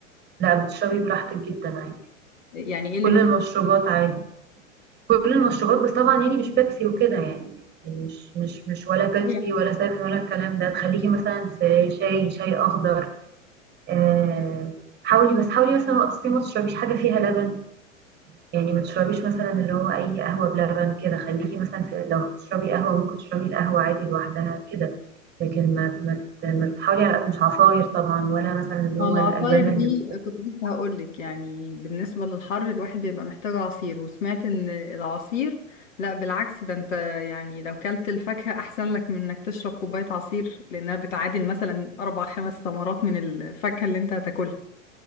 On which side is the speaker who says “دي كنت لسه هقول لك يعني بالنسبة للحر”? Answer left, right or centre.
Left